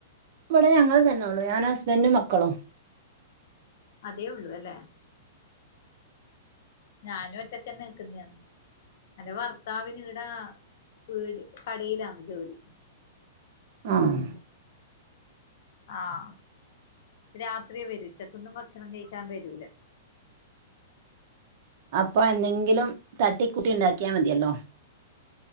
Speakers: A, on the right; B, on the left.
A: ഇവിടെ ഞങ്ങൾ തന്നെ ഉള്ളൂ ഞാനും ഹസ്ബന്റും മക്കളും
B: അതേ ഉള്ളൂ അല്ലേ ഞാനും ഒറ്റക്കെന്നെ നിൽക്കുന്നയാന്ന് എന്റെ ഭർത്താവിനീടാ പീട് കടയിലാന്ന് ജോലി
A: ആഹ്
B: ആഹ് രാത്രിയെ വരൂ ഉച്ചക്കൊന്നും ഭക്ഷണം കഴിക്കാൻ വരൂല
A: അപ്പൊ എന്തെങ്കിലും തട്ടികൂട്ടി ഉണ്ടാക്കിയാ മതിയല്ലോ